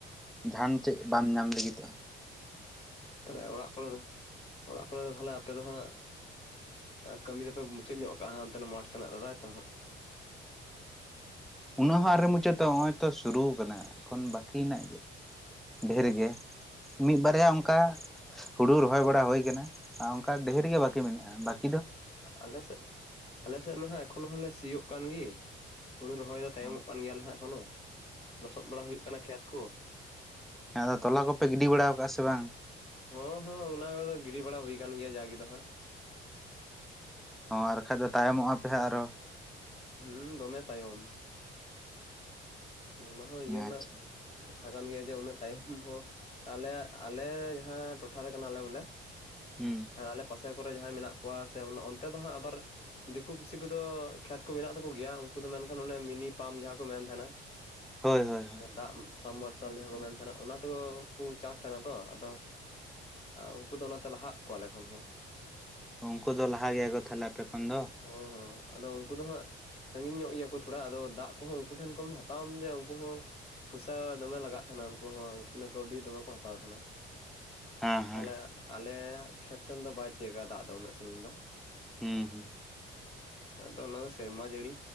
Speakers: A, in the centre; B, on the left.
A: ᱡᱟᱦᱟᱱ ᱪᱮᱫ ᱵᱟᱢ ᱧᱟᱢ ᱞᱟᱹᱜᱤᱫᱚᱜ ᱾
B: ᱛᱟᱦᱞᱮ ᱚᱲᱟᱜ ᱠᱚᱨᱮ ᱫᱚ, ᱚᱲᱟᱜ ᱠᱚᱨᱮ ᱫᱚ ᱛᱟᱦᱞᱮ ᱟᱯᱮ ᱫᱚ ᱦᱟᱸᱜ ᱠᱟᱹᱢᱤ ᱫᱚᱯᱮ ᱢᱩᱪᱟᱹᱫ ᱧᱚᱜ ᱠᱟᱜᱼᱟ ᱦᱟᱱᱛᱮ ᱢᱟᱴ ᱥᱮᱱᱟᱜ ᱫᱚ ᱛᱟᱭᱛᱚ ᱦᱟᱸᱜ?
A: ᱩᱱᱟᱹᱜ ᱦᱚᱸ ᱟᱹᱣᱨᱤ ᱢᱩᱪᱟᱹᱫᱚᱜ-ᱟ ᱱᱚᱜᱼᱚᱭ ᱛᱚ ᱥᱩᱨᱩ ᱠᱟᱱᱟ ᱮᱠᱷᱚᱱ ᱵᱟᱹᱠᱤ ᱢᱮᱱᱟᱜ ᱜᱮᱭᱟ ᱾ ᱰᱷᱮᱨ ᱜᱮ᱾ ᱢᱤᱫ ᱵᱟᱨᱭᱟ ᱚᱱᱠᱟ ᱦᱩᱲᱩ ᱨᱚᱦᱚᱭ ᱵᱟᱲᱟ ᱦᱩᱭ ᱟᱠᱟᱱᱟ ᱟᱨ ᱚᱱᱠᱟ ᱰᱷᱮᱨ ᱜᱮ ᱵᱟᱹᱠᱤ ᱢᱮᱱᱟᱜᱼᱟ ᱾
B: ᱟᱞᱮᱥᱮᱫ, ᱟᱞᱮᱥᱮᱫ ᱢᱟ ᱦᱟᱸᱜ ᱮᱠᱷᱚᱱ ᱦᱚᱸᱞᱮ ᱥᱤᱭᱳᱜ ᱠᱟᱱ ᱜᱮ ᱦᱩᱲᱩ ᱨᱚᱦᱚᱭ ᱛᱟᱭᱚᱢᱚᱜ
A: ᱦᱚᱸ
B: ᱠᱟᱱ ᱜᱮᱭᱟᱞᱮ ᱦᱟᱸᱜ ᱮᱠᱷᱚᱱᱚ ᱞᱚᱥᱚᱫ ᱵᱟᱲᱟ ᱦᱩᱭᱩᱜ ᱠᱟᱱᱟ ᱠᱷᱮᱛ ᱠᱚ ᱾
A: ᱦᱮᱸ ᱟᱫᱚ ᱛᱚᱞᱟ ᱠᱚᱯᱮ ᱜᱤᱰᱤ ᱵᱟᱲᱟ ᱟᱠᱟᱟᱜᱼᱟ ᱥᱮ ᱵᱟᱝ?
B: ᱦᱮᱸ ᱦᱮᱸ ᱚᱱᱟ ᱠᱚᱫᱚ ᱜᱤᱰᱤ ᱵᱟᱲᱟ ᱦᱩᱭ ᱠᱟᱱ ᱜᱮᱭᱟ ᱡᱟ ᱜᱮ ᱫᱚ ᱦᱟᱸᱜ ᱾
A: ᱦᱚᱸ ᱟᱨ ᱵᱟᱠᱷᱟᱡ ᱫᱚ ᱛᱟᱭᱚᱢᱚᱜᱼᱟ ᱯᱮ ᱦᱟᱸᱜ ᱟᱨᱚ ᱾
B: ᱦᱩᱸ ᱫᱚᱢᱮ ᱛᱟᱭᱚᱢ, ᱚᱱᱟ ᱦᱚᱸ ᱤᱭᱟᱹ ᱨᱮᱱᱟᱜ
A: ᱟᱪᱪᱷᱟ
B: ᱠᱟᱛᱷᱟ ᱠᱟᱱ ᱜᱮᱭᱟ ᱡᱮ ᱩᱱᱟᱹᱜ ᱛᱟᱭᱚᱢ ᱦᱚᱸ ᱟᱞᱮᱭᱟᱜ ᱟᱞᱮ ᱡᱟᱦᱟᱸ ᱴᱚᱴᱷᱟᱨᱮ ᱠᱟᱱᱟᱞᱮ ᱵᱚᱞᱮ
A: ᱦᱩᱸ
B: ᱟᱨ ᱟᱞᱮ ᱯᱟᱥᱮ ᱠᱚᱨᱮ ᱡᱟᱦᱟᱸᱭ ᱢᱮᱱᱟᱜ ᱠᱚᱣᱟ ᱥᱮ ᱚᱱᱛᱮ ᱫᱚ ᱦᱟᱸᱜ ᱟᱵᱟᱨ ᱫᱤᱠᱩ ᱯᱩᱥᱤ ᱠᱚᱫᱚ ᱠᱷᱮᱛ ᱠᱚ ᱢᱮᱱᱟᱜ ᱛᱟᱠᱚ ᱜᱮᱭᱟ ᱩᱱᱠᱩ ᱫᱚ ᱢᱮᱱᱠᱷᱟᱱ ᱚᱱᱮ ᱢᱤᱱᱤ ᱯᱟᱢᱯ ᱡᱟᱦᱟᱸ ᱠᱚ ᱢᱮᱱ ᱛᱟᱦᱮᱱᱟ, <unintelligible>
A: ᱦᱳᱭ ᱦᱳᱭ ᱾
B: ᱫᱟᱜ ᱥᱟᱞ ᱢᱟᱨᱥᱟᱞ ᱡᱟᱦᱟᱸ ᱠᱚ ᱢᱮᱱ ᱛᱟᱦᱮᱱᱟ ᱚᱱᱟ ᱛᱮ ᱠᱚ ᱪᱟᱥ ᱛᱟᱦᱮᱱᱟ ᱛᱚ ᱟᱫᱚ ᱩᱱᱠᱩ ᱫᱚ ᱚᱱᱟᱛᱮ ᱞᱟᱦᱟ ᱟᱠᱚ ᱟᱞᱮ ᱠᱷᱚᱱ ᱦᱚᱸ ᱾
A: ᱩᱱᱠᱩ ᱫᱚ ᱞᱟᱦᱟ ᱜᱮᱭᱟ ᱠᱚ ᱛᱟᱦᱚᱞᱮ ᱟᱯᱮ ᱠᱷᱚᱱ ᱫᱚ,
B: ᱦᱮᱸ ᱦᱮᱸ ᱟᱫᱚ ᱩᱱᱠᱩ ᱫᱚ ᱦᱟᱸᱜ ᱥᱟᱺᱜᱤᱧ ᱧᱚᱜ ᱜᱮᱭᱟ ᱠᱚ ᱛᱷᱚᱲᱟ, ᱟᱫᱚ ᱫᱟᱜ ᱠᱚᱦᱚᱸ ᱩᱱᱠᱩ ᱴᱷᱮᱱ ᱠᱷᱚᱱ ᱦᱟᱛᱣᱟᱢ ᱡᱮ ᱩᱱᱠᱩ ᱦᱚᱸ ᱯᱩᱭᱥᱟ ᱫᱚᱢᱮ ᱞᱟᱜᱟᱜ ᱛᱟᱦᱮᱱᱟ ᱩᱱᱠᱩ ᱦᱚᱸ ᱛᱤᱱᱟᱹᱜ ᱠᱟᱹᱣᱰᱤ ᱫᱚᱢᱮ ᱠᱚ ᱦᱟᱛᱟᱣ ᱛᱟᱦᱮᱸᱱᱟ᱾
A: ᱦᱮᱸ ᱦᱮᱸ
B: ᱛᱟᱦᱞᱮ ᱟᱞᱮᱭᱟᱜ ᱠᱷᱮᱛ ᱥᱮᱱ ᱫᱚ ᱵᱟᱭ ᱛᱤᱭᱳᱜᱟ ᱫᱟᱜ ᱫᱚ ᱩᱱᱟᱹᱜ ᱥᱟᱺᱜᱤᱧ ᱫᱚ᱾
A: ᱦᱩᱸ ᱦᱩᱸ
B: ᱟᱫᱚ ᱚᱱᱟ ᱫᱚ ᱥᱮᱨᱢᱟ ᱡᱟᱹᱲᱤ